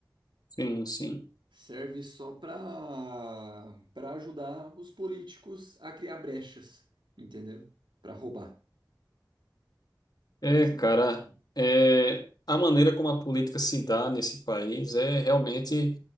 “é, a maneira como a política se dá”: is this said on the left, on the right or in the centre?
Left